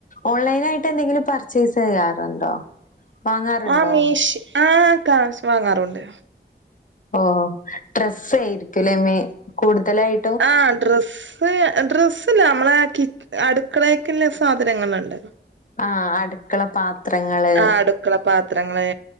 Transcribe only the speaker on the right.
ആ മീഷ് ആഹ് കാഷ് വാങ്ങാറുണ്ട്
ആഹ് ഡ്രസ്സ്‌ സ്സ് ഡ്രെസ്സ്ല്ല നമ്മളെ കി അടുക്കളേക്കില്ല സാധനങ്ങളുണ്ട്
ആഹ് അടുക്കള പാത്രങ്ങള്